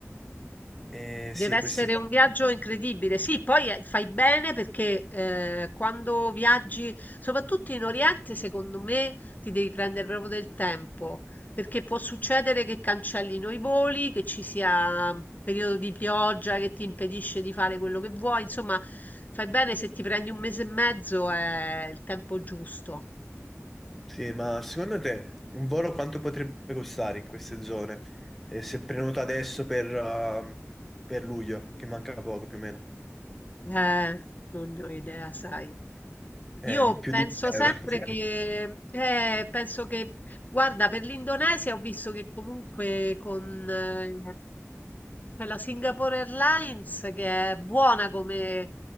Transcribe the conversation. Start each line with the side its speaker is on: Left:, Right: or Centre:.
Centre: Eh,
Left: Deve
Centre: sì,
Left: essere
Centre: questi qua.
Left: un viaggio incredibile. Sì, poi eh, fai bene perché eh, quando viaggi, soprattutto in Oriente, secondo me ti devi prendere proprio del tempo, perché può succedere che cancellino i voli, che ci sia un periodo di pioggia che ti impedisce di fare quello che vuoi. Insomma, fai bene se ti prendi un mese e mezzo è il tempo giusto.
Centre: Sì, ma secondo te un volo quanto potrebbe costare in queste zone? Eh, se prenoto adesso per, uh, per luglio, che manca poco più o meno,
Left: Eh, non ne ho idea, sai.
Centre: Eh,
Left: Io
Centre: più
Left: penso
Centre: di 1000
Left: sempre
Centre: euro. <laughs> sì.
Left: che, eh, penso che, guarda, per l'Indonesia ho visto che comunque con eh, quella Singapore Airlines, che è buona come,